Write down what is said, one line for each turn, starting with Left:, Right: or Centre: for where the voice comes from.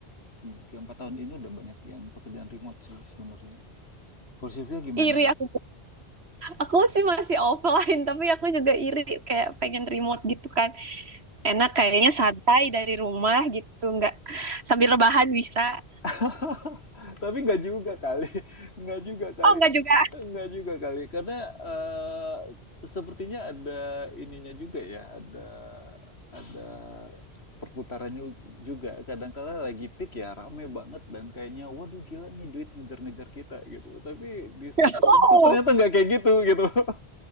Left: 3 4 tahun ini udah banyak yang pekerjaan remote sih sebenarnya. Kalau Sylvia gimana
Right: Iri
Left: nih?
Right: aku. Aku sih masih offline, <laughs> tapi aku juga iri kayak pengen remote gitu kan. Enak kayaknya santai dari rumah gitu, nggak sambil rebahan bisa.
Left: <laughs> Tapi nggak juga kali, nggak juga kali,
Right: Oh, nggak juga.
Left: nggak juga kali, karena eh, sepertinya ada ininya juga ya, ada ada perputarannya juga. Kadangkala lagi peak ya rame banget dan kayaknya waduh gila nih duit ngejar-ngejar kita gitu. Tapi di saat
Right: <laughs>
Left: tertentu
Right: Oh,
Left: ternyata nggak kayak gitu gitu. <laughs>